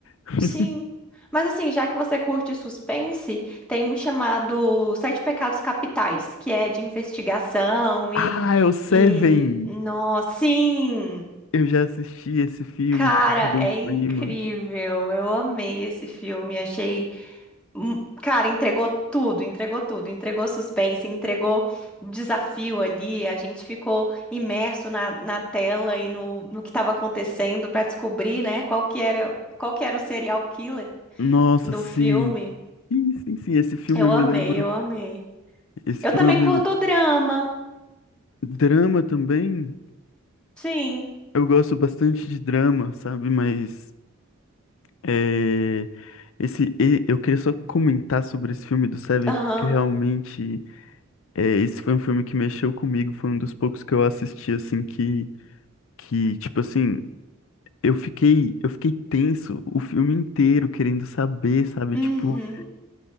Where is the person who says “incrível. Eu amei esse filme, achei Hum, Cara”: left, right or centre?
Centre